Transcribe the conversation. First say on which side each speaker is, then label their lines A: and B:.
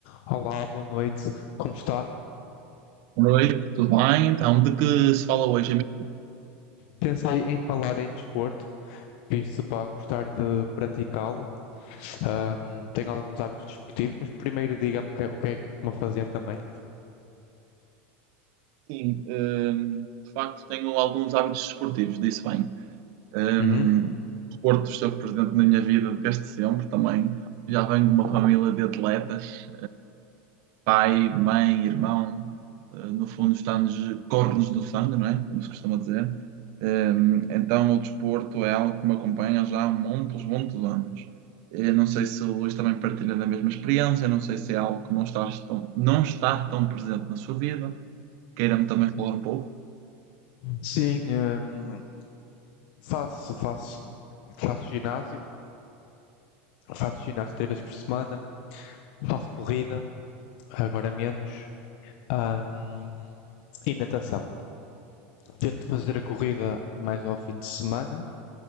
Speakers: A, on the left; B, on the right.
A: Olá, boa noite. Como está?
B: Oi, tudo bem? Então, de que se fala hoje, amigo?
A: Pensei em falar em desporto, visto para gostar de praticá-lo. Ahm, tenho alguns hábitos desportivos, mas primeiro diga-me o que é- o que é que costuma fazer também.
B: Sim, hum, de facto tenho alguns hábitos desportivos, disse bem. Hum,
A: Uhum.
B: o desporto esteve presente na minha vida desde sempre também. Já venho de uma família de atletas, pai, mãe, irmão, eh, no fundo está-nos, corre-nos do sangue, não é? Como se costuma dizer. Eh, Então o desporto é algo que me acompanha já há muitos, muitos anos. Eh, Não sei se o Luís também partilha da mesma experiência, não sei se é algo que não está tão, não está tão presente na sua vida. Queira-me também falar um pouco.
A: Sim, ahm, faço, faço, faço ginásio, faço ginásio três vezes por semana, faço corrida, agora menos, ahm, e natação. Tento fazer a corrida mais ao fim de semana,